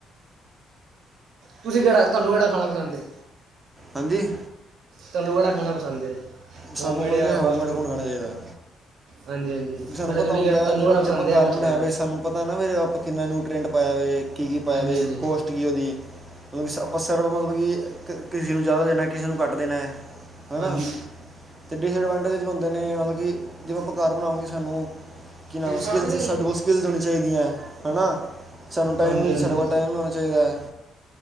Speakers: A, on the right (about 70°); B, on the right (about 20°).
A: ਤੁਸੀ ਕਿਹੜਾ ਤੁਹਾਨੂੰ ਕਿਹੜਾ ਖਾਣਾ ਪਸੰਦ ਏ।
B: ਹਾਂਜੀ।
A: ਤੁਹਾਨੂੰ ਕਿਹੜਾ ਖਾਣਾ ਪਸੰਦ ਏ
B: ਸਾਨੂੰ
A: ਹੋਮਮੇਡ
B: ਮਤਲਬ
A: ਯਾ
B: ਹੋਮਮੇਡ
A: ਫਾਸਟ ਫੂਡ,
B: ਫੋਨ ਖਾਣਾ ਚਾਹੀਦਾ
A: ਹਾਂਜੀ। -ਹਾਂਜੀ।
B: ਸਾਨੂੰ
A: ਵੈਸੈ
B: ਪਤਾ
A: ਦੂਜੀ
B: ਹੁੰਦਾ
A: ਗੱਲ ਤੁਹਾਨੂੰ
B: ਹੈ, ਜੇ
A: ਕਿਹੜਾ ਪਸੰਦ
B: ਜੇ ਆਪਾਂ
A: ਏ
B: ਘਰ
A: ਐ ਪੁੱਛ
B: ਬਣਾਇਆ
A: ਰਯਾ
B: ਵੇ
A: ਮੈਂ।
B: ਸਾਨੂੰ ਪਤਾ ਨਾ ਵੀਰ ਆਪਾਂ ਕਿੰਨਾ ਨਿਊਟਰੀਐਂਟ ਪਾਇਆ ਵੇ ਕੀ-ਕੀ ਪਾਇਆ
A: ਹਾਂਜੀ
B: ਵੇ,
A: ਹਾਂਜੀ
B: ਕੋਸਟ ਤੀ ਉਹਦੀ ਮਤਲਬ ਆਪਾਂ ਸ ਸਰਰ ਮਤਲਬ ਕਿ ਕਿਸੇ ਨੂੰ ਜ਼ਿਆਦਾ ਦੇਣਾ ਕਿਸੇ ਨੂੰ ਘੱਟ ਦੇਣਾ। ਹਨਾ
A: ਹਾਂਜੀ
B: ਤੇ ਡਿਸਐਡਵਾਂਟੇਜਸ ਹੁੰਦੇ ਨੇ ਮਤਲਬ ਕਿ ਜਿਵੇਂ ਆਪਾਂ ਘਰ ਬਣਾਉਂਗੇ ਸਾਨੂੰ ਕੀ ਨਾਮ
A: ਹਾਂਜੀ
B: ਅ ਸਕਿੱਲਸ
A: ਹਾਂਜੀ
B: ਸਾਡੇ ਕੋਲ ਸਕਿੱਲਸ ਹੋਣੀ ਚਾਹੀਦੀਆਂ। ਹਣਾ? ਸਾਨੂੰ ਟਾਈਮ
A: ਹਾਂਜੀ
B: ਵੀ ਸਾਡੇ ਕੋਲ ਟਾਈਮ ਵੀ ਹੋਣਾ ਚਾਹੀਦਾ ਹੈ